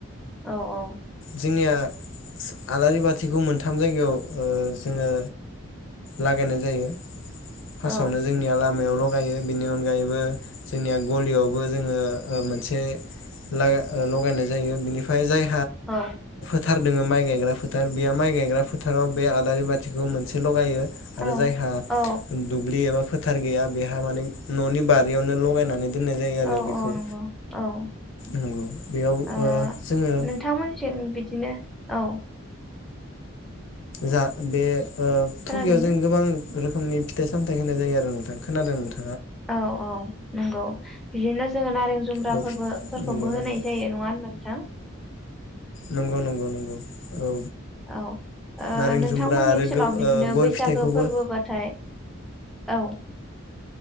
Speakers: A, in the centre; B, on the left.
A: औ औ
B: जोंनिया सो आलारि बाथिखौ मोनथाम जायगायाव ओ जोङो लागायनाय जायो। फासआवनो
A: औ
B: जोंनिया लाम। दहलायावल गायो बिनि अनगायैबो जोंनिया गलियावबो जोङो मोनसे लगायनाय जायो बिनिफ्राय जाय।
A: औ।
B: फोथार दोङो माइ गायग्रा फोथार बेयो माइ गायग्रा फोथाराव बे आलारि बाथिखौ मोनसे लगायो। आरो
A: औ
B: जायहा
A: औ
B: दुबलि एबा। फोथार गैया। बेहा माने ननि बारियावनो लगायनानै। दोननाय जायो आरो
A: औ
B: बेखौ
A: औ नंगौ औ
B: नंगौ बेयाव ओ जोङो
A: नोंथांमोनथिं बिदिनो। औ।
B: जा बे। ओ
A: खोनादों
B: थुगिया जों गोबां। रोखोमनि फिथाइ सामथाय होनाय जायो आरो नोंथां खोनादों नोंथां।
A: औ औ नंगौ बिदिनो जोङो नारें जुम्ब्राफोरबोफोरखौबो
B: औ नंगौ ना
A: होनाय
B: नोंथां?
A: जायो नङा होनबा नोंथां।
B: नंगौ नंगौ नंगौ औ।
A: औ ओ
B: नारें
A: नोंथांमोननि
B: जुम्ब्रा आरो
A: ओनसोलाव
B: गो ओ
A: बिदिनो
B: गय
A: बैसागो
B: फिथाइखौबो
A: फोरबोबाथाय। औ।